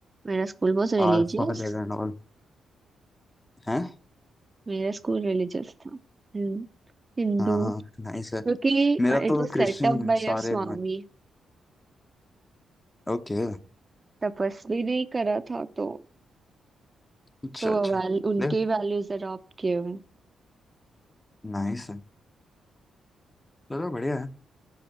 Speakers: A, on the right (about 25°); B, on the left (about 15°).
A: मेरा स्कूल बहुत रिलीजियस
B: आर फादर एंड ऑल हैं
A: मेरा स्कूल रिलीजियस था हम्म, हिंदू
B: हाँ हाँ नाइस है
A: क्योंकि
B: मेरा
A: it
B: तो
A: was set
B: क्रिश्चियन
A: up by
B: सारे
A: a swami
B: ओके
A: तपस्वी नहीं करा था तो
B: अच्छा
A: तो
B: अच्छा
A: वो वैल, उनके
B: देख
A: ही वैल्यूज अडॉप्ट किए हुए
B: नाइस है चलो बढ़िया है